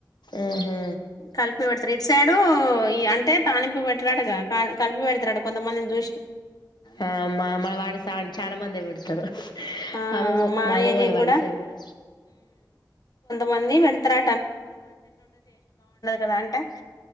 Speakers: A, on the left (about 75°); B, on the left (about 60°).
A: ఆహా
B: కలిపి పెడతారు ఇటసైడు ఈ అంటే తాలింపు పెట్టరాడుగా కలిపి పెడతాడు కొంతమందిని చూ
A: ఆ మా మవాడు చ చాలా మంది కొడతరు
B: ఆ
A: మామమ
B: మా
A: మామమూల
B: ఏరియా
A: వాడుసద
B: కూడా మంది వెడుతురా కదా అంటే